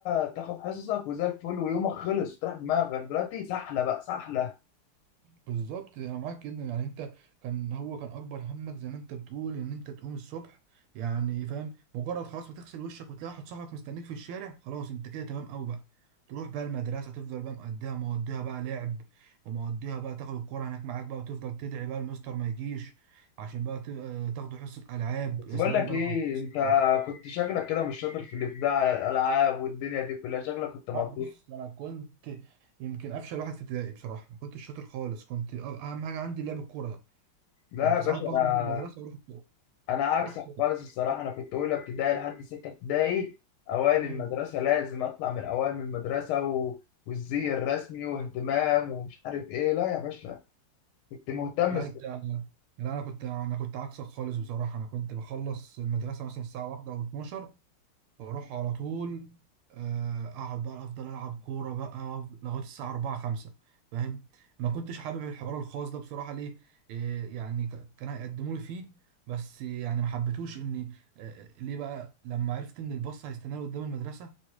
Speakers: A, on the left; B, on the right.
A: تاخد حصصك وزي الفل ويومك خلص تروح دماغك دلوقتي سحلة بقى سحلة
B: بالظبط انا معاك جدا يعني انت كان هو كان اكبر همك زي ما انت بتقول ان انت تقوم الصبح يعني فاهم مجرد خلاص ما تغسل وشك وتلاقي واحد صاحبك مستنيك في الشارع خلاص انت كده تمام قوي بقى تروح بقى المدرسه تفضل بقى مقضيها مقضيها بقى لعب ومقضيها بقى تاخد الكوره هناك معاك بقى وتفضل تدعي بقى المستر ما يجيش عشان بقى ت- آه، تاخدوا حصه العاب
A: بس
B: يا
A: بقول
B: سلام
A: لك
B: بقى
A: ايه
B: لو كان في
A: انت
B: حصه ألعاب.
A: كنت شكلك كده مش شاطر في الابداع على الالعاب والدنيا دي كلها شكلك كنت مطيح
B: آه، بص انا كنت يمكن افشل واحد في ابتدائي بصراحه ما كنتش شاطر خالص كنت أ- اهم حاجه عندي لعب الكوره ده
A: لا
B: كنت
A: يا باشا
B: ساعات بهرب
A: انا
B: من المدرسه واروح الكوره.
A: انا عكسك
B: رحت
A: خالص الصراحة انا كنت اولى ابتدائي لحد ستة ابتدائي اوائل
B: مم.
A: المدرسة لازم اطلع من الاوائل من المدرسة و... والزي الرسمي واهتمام ومش عارف ايه لا يا باشا كنت مهتم
B: لا انت لا انا كنت انا كنت عكسك خالص بصراحه انا كنت بخلص المدرسه مثلا الساعه واحدة او 12 واروح على طول آه، اقعد بقى افضل العب كوره بقى لغايه الساعه 4 5 فاهم ما كنتش حابب الحوار الخاص ده بصراحه ليه إيه يعني ك- كان هيقدموا لي فيه بس يعني ما حبيتوش اني آه، آه، ليه بقى لما عرفت ان الباص هيستناني قدام المدرسه